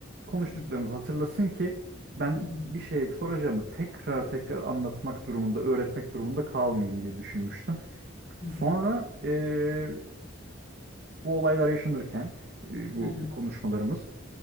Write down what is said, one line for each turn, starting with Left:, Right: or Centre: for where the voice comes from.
Right: konuştuklarımızı
Left: Hı
Right: hatırlasın ki ben
Left: hı hı
Right: bir şey soracağımı tekrar tekrar anlatmak durumunda, öğretmek durumunda kalmayayım diye düşünmüştüm.
Left: hı.
Right: Sonra e, bu olaylar yaşanırken e, bu
Left: hı hı.
Right: konuşmalarımız